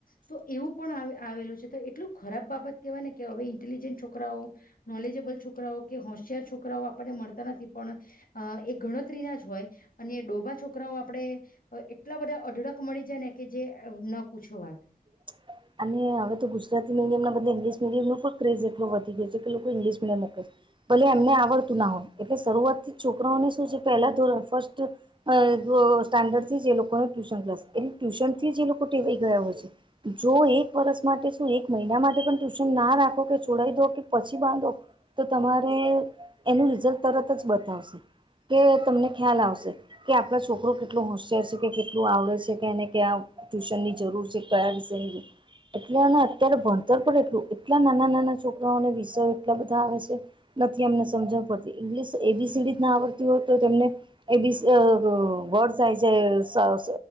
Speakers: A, on the left; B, on the right.
A: તો એવું પણ આવેલું છે તો. એટલું ખરાબ બાબત કહેવાય ને કે હવે ઇન્ટેલિજન્ટ છોકરાઓ. નોલેજેબલ છોકરાઓ કે હોશિયાર છોકરાઓ આપણને મળતા નથી પણ. અ એ ગણતરીના જ હોય અને ડોભા છોકરાઓ આપણેે એટલા બધા અઢળક મળી જાય ને કે જે ન પૂછો વાત
B: <unintelligible> અને હવે તો ગુજરાતી મીડિમ બધ ઇ્લિશ મીડિયમો પણ ક્રેજ એટલો વધી ગયો છે કે લોકો ંગલિશ મીડિયમમાં કર છે ભલે એમને આવડતું ના હોય એટલે શરૂઆત થી છોકરાઓને શું છે પહેલા ધોરણ ફર્સ્ટ અ સ્ટાન્ડર્ડ થી એ લોકોને ટ્યુશન ક્લાસ એટ ટ્યુશન થી એ લોકો ટેવાઈ ગયા હોય છે જો એક વર્ષ માટે શું એક મહિના માટે પણ ટ્યુશન ના રાખો કે છોડાઈ દો કે પછી બાંધો તો તમારે એનું રિઝલ્ટ તરત જ બતાવશે કે તમને ખ્યાલ આવશે કે આપડા છોકરો કેટલું હોશિય છે કે કેટલું આવડે છે કે એને ક્યા ટ્યુશન ની જરૂર છે કયા વિષ એટલે અને અત્યારે ભણતર પણ એટલું એટલા નાના નાના છોકરાઓને વિષયો એટલા બધા આવે છે નથી અમને સમજવા પડતી ઇંગ્લિશ એબીસીડી ના આવડતી હોય તો તેમને એ બી આ વ વર્ડ્સ આઈ જાય સ સ